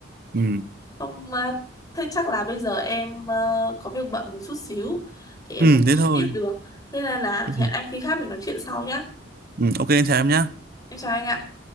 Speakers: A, on the right; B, on the left.
A: ừ.
B: không ờ, thế chắc là bây giờ em ờ, có việc bận một chút xíu thì em
A: ừ
B: không nói
A: thế thôi
B: tiếp được thế nên là
A: ừ.
B: hẹn anh khi khác mình nói chuyện sau nhá
A: Ừ, ok anh chào em nhé
B: em chào anh ạ